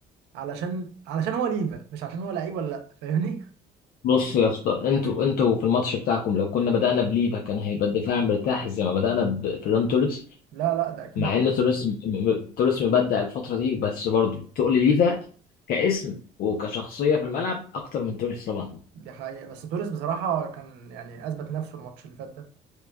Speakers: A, on the right (about 85°); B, on the left (about 60°).
A: علشان علشان هو ليفا مش عشان هو لعيب ولا لا فاهمني <laughs>
B: بص يا اسطى انتوا انتوا في الماتش بتاعكم لو كنا بدأنا بليفا كان هيبقى الدفاع مرتاح زي ما بدأنا بفيران توريس
A: لا لا ده اكيد
B: مع ان توريس م- م- توريس مبدع الفترة دي بس برضه تقل ليفا كاسم وكشخصية في الملعب اكتر من توريس طبعا
A: دي حقيقه بس توريس بصراحه كان يعني اثبت نفسه الماتش اللي فات ده